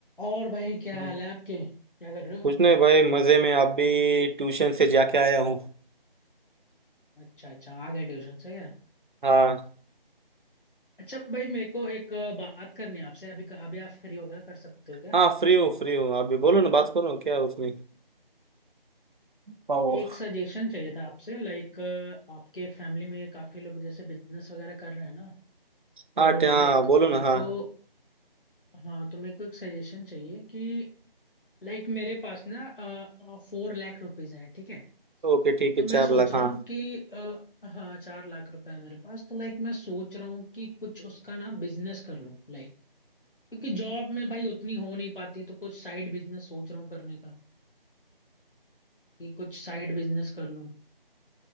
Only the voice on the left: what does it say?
और भाई क्या
हाल है आपके क्या कर रहे हो
अच्छा अच्छा आ गए ट्यूशन से क्या
अच्छा भाई मेरे को एक अ, बात करनी है आपसे अभी अभी आप फ्री हो गया कर सकते हो क्या
एक सजेशन चाहिए था आपसे लाइक आपके फैमिली में काफी लोग जैसे बिजनेस वगैरह कर रहे हैं ना
तो
लाइक
मेरे
को हाँ तो मेरे को एक सजेशन चाहिए कि लाइक like मेरे पास ना फोर लाख रुपीज हैं ठीक है
तो
मैं सोच
रहा
हूँ कि अ, हाँ चार लाख रुपए है मेरे पास तो लाइक मैं सोच रहा हूँ कि कुछ उसका ना बिजनेस कर लूँ लाइक क्योंकि जॉब में भाई उतनी हो नहीं पाती तो कुछ साइड बिजनेस सोच रहा हूँ करने का कि कुछ साइड बिजनेस कर लूँ